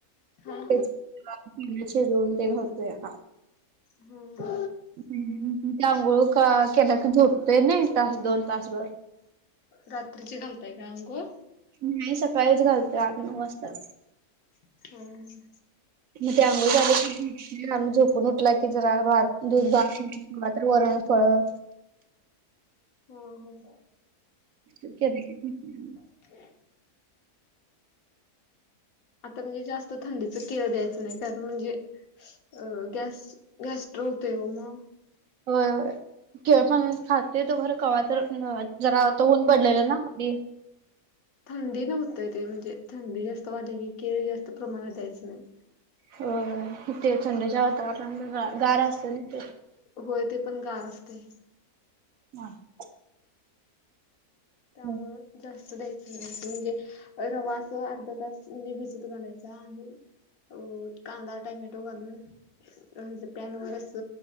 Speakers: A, on the left; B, on the right.
A: हा
B: <unintelligible> शिजवून ते घालतेया.
A: हा
B: हम्म. हं. ती आंघोळ का केला का झोपतेय ना? तास दोन तासभर.
A: रात्रीची घालताय का अंघोळ?
B: नाही सकाळीच घालते आठ नऊ वाजता.
A: हं. हं.
B: हिची अंघोळ झाली- आम् झोपून उठला की जरा भात दूध भातंवा तर वरणफळ-
A: हो. हो.
B: <unintelligible>
A: ह आत्ता म्हणजे जास्त थंडीच केळ द्यायच नाही. कारण म्हणजे अ गॅस- गॅस्ट्रो होतोय ओ म.
B: होय. केळ पण खाते तोवर <unintelligible> जरा आता
A: म्हणजे
B: ऊन पडलेलं ना मधी?
A: थंडी नव्हत ते. म्हणजे थंडी जास्त वाढली की केळ जास्त प्रमाणात द्यायचं नाही.
B: होय. ते थंडच्या वातावरणा गार असत ना ते?
A: होय ते पण गार असतंय.
B: <inaudible>
A: त्यामुळें
B: ते.
A: जास्त- द्यायचं नाही. अस म्हणजे रवा असं अर्धा तास म्हणजे भिजत घालायचा आणि- अ कांदा टोमॅटो घालून पॅनवरच -